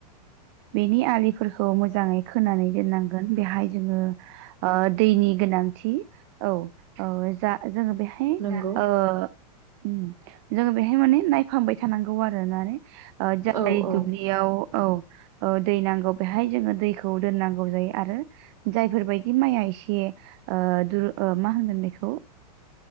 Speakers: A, on the right; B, on the right.
A: बेनि आलिफोरखौ मोजाङै खोनानै दोननांगोन बेहाय जोङो दैनि गोनांथि औ-औ जा जोङो बेहाय
B: नंगौ
A: उम जोङो बेहाय माने नायफांबाय थानांगौ आरोना नानै ओ जाय
B: औ औ
A: दुब्लियाव औ दै नांगौ बेहाय जोङो दैखौ दोननांगौ जायो आरो जायफोरबायदि माइया एसे दुरु मा होनगोन बेखौ